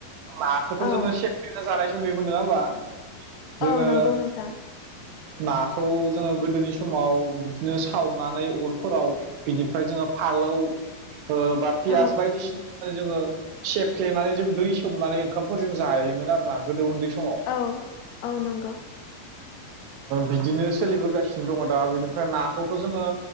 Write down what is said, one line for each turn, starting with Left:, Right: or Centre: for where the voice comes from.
Right: नाखौथ'
Left: औ
Right: जोङो सेफ्लेना जानायसो नुयोमोन नङा होमबा? जोङो
Left: औ नंगौ नोंथां।
Right: नाखौ जोङो गोदोनि समाव बिदिनो सावनानै अरफोराव बिनिफ्राय जोङो फालौ ओ बा पियास
Left: औ
Right: बायदिसिना जोङो सेफ्लेनानै जों दै सोमनानै ओंखामफोर जों जायोमोन आरो ना गोदो उन्दै समाव
Left: औ औ नंगौ
Right: बिदिनो सोलिबोगासिनो दङ दा बेनिफ्राय नाखौथ' जोङो